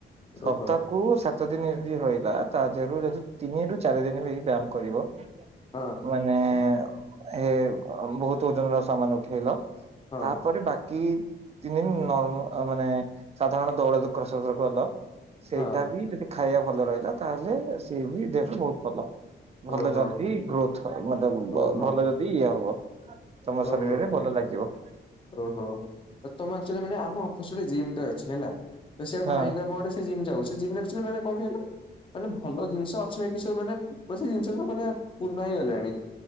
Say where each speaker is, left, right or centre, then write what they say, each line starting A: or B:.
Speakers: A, on the right; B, on the left.
A: ସପ୍ତା।
B: ଓହୋ
A: କୁ ସାତ ଦିନ ଯଦି ରହିଲା ତା ଦେହରୁ ଯଦି ତିନି ରୁ ଚାରି ଦିନ ବି ବ୍ୟାୟାମ କରିବ।
B: ହଁ
A: ମାନେ ହେ ବହୁତ ଓଜନ ର ସାମାନ ଉଠେଇଲ।
B: ହଁ
A: ତାପରେ ବାକି। ତିନି ଦିନ ନ ମାନେ ସାଧାରଣ ଦୌଡ ଦୁକର ସବୁ କଲ ସେଇଟା
B: ହଁ
A: ବି ଯଦି। ଖାଇବା ଭଲ ରହିଲା ତାହେଲେ ସିଏ ବି ଦେହ ବହୁତ ଭଲ। ଭଲ
B: ଓହୋ
A: ଯଦି ଗ୍ରୋଥ ମାନେ
B: ଓହୋ
A: ଭଲ ଯଦି ଇଏ ହବ। ତମ
B: ଓହୋ
A: ଶରୀରରେ ଭଲ ଲାଗିବ।
B: ଓହୋ ତମ ଆକ୍ଚୁଲିମାନେ ଆମ ଅଫିସ ଗୋଟେ ଜିମ୍ ଟେ ଅଛି ହେଲା ସେ
A: ହଁ
B: ଭାଇଙ୍କର ଆମେ ଗୋଟେ। ଜିମ୍ ଯାଉ ସେ ଜିମ୍ ରେ ଆକ୍ଗୁଲି କଣ କହିଲ ମାନେ ଭଲ ଜିନିଷ ଅଛି ବାକି। ସେ ସବୁ ମାନେ ସେ ଜିନିଷ ସବୁ ମାନେ ପୂର୍ଣ୍ଣା ହେଇଗଲାଣି